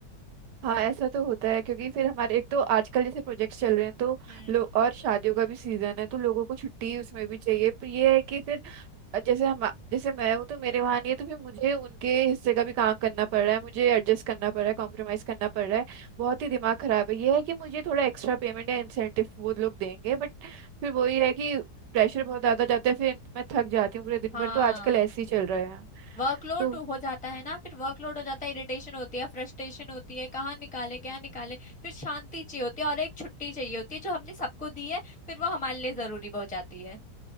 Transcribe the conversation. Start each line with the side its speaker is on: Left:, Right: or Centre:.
Right: हाँ ऐसा तो होता है क्योंकि फिर हमारे एक तो आजकल जैसे प्रोजेक्ट्स चल रहे हैं तो
Centre: हम्म
Right: लोग और शादियों का भी सीजन है तो लोगों को छुट्टी उसमें भी चाहिए पर ये है कि फिर जैसे हम जैसे मैं हूँ तो मेरे वहाँ नहीं है तो फिर मुझे उनके हिस्से का भी काम करना पड़ रहा है मुझे एडजस्ट करना पड़ रहा है कॉम्प्रोमाइज करना पड़ रहा है बहुत ही दिमाग खराब है ये है कि मुझे थोड़ा एक्स्ट्रा पेमेंट या इंसेंटिव वो लोग देंगे बट फिर वही है कि प्रेशर बहुत ज्यादा जाता है फिर मैं थक जाती हूँ पूरे दिन
Centre: हाँ
Right: भर तो आजकल ऐसे ही चल रहा है
Centre: वर्कलोड
Right: तो
Centre: हो जाता है ना फिर वर्कलोड हो जाता है इरिटेशन होती है फ्रस्ट्रेशन होती है कहाँ निकाले क्या निकाले फिर शांति चाहिए होती है और एक छुट्टी चाहिए होती है जो हमने सबको दी है फिर वो हमारे लिए जरूरी भी हो जाती है